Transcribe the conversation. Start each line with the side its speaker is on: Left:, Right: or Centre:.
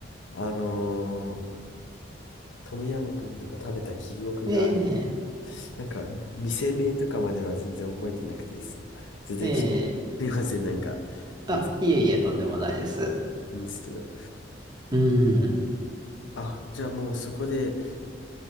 Left: あのートムヤムクンとか食べた記憶が、
Right: ええ、
Left: なんか、店名とかまでは全然覚えてなくてです。全然き、
Right: ええ、
Left: すみません、なんか、
Right: あ、
Left: 全然、
Right: いえいえ、とんでもないです。
Left: なんですけど。
Right: うん。
Left: あ、じゃあもうそこで、